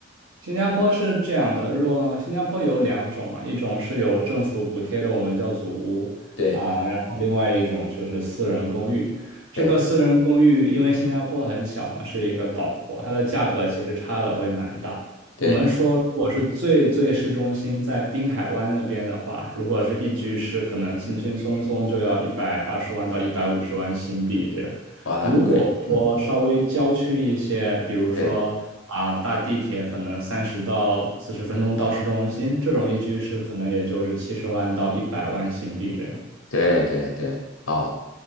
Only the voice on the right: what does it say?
新加坡是这样的，如果新加坡有两种嘛，一种是由政府补贴的，我们叫祖屋啊，
然后另外一种就是私人公寓。这个私人公寓，
因为新加坡很小嘛，是一个岛国，它的价格其实差的会蛮大。
我们说，如果是最最市中心，在滨海湾那边的话，如果是一居室，可能轻轻松松就要一百二十万到一百五十万新币这样。
如果说稍微郊区一些，
比如说啊，
搭地铁可能三十到四十分钟到市中心，这种一居室可能也就是七十万到一百万新币这样。